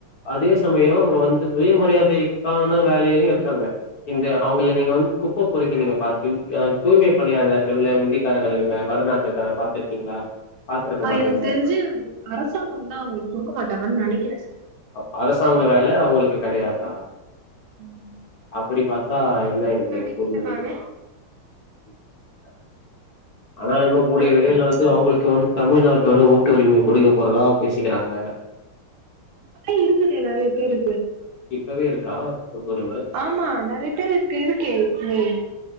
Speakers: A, on the left; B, on the right.
A: அதே சமயோ அவங்க வந்து சுயமரியாதைக்கான வேலைலயு இருக்காங்க இந்த அவங்கள நீங்க வந்து குப்பப் குரிக்க நீங்க பா தூய்மை பணியாதர்கள் விந்தக்காரர்கள்ங்க வடலாற்றக்கார பாத்துருக்கீங்களா பாத்துருக்க
B: ஆ
A: மாட்டீங்க
B: எனக்கு தெரிஞ்சு அரசு அரசாங்கம் தா அவங்களுக்கு குடுக்க மாட்டாங்கன்னு நனைக்கிறே
A: அப்ப அரசாங்க வேல அவங்களுக்கு கடையாதா
B: ம்
A: அப்டி பாத்தா
B: அப்டின்னு
A: என்ன இது
B: நெனைக்கிறே
A: புரியல
B: நானு
A: <unintelligible> அதா இன்னு
B: உங்களோட
A: கூடிய விரைவுல
B: கருத்த
A: வந்து
B: சொல்லுங்க
A: அவங்களுக்கு வந்து தமிழ்நாட் ட்டோட ஓட்டு உரிமை குடுக்க போறதா பேசிக்கிறாங்க
B: ஆ இருக்குது நறையா பேரு
A: இப்பவே இருக்கா கூட்டுவர
B: ஆமா நறைய பேர் <inaudible> இருக்கே இத்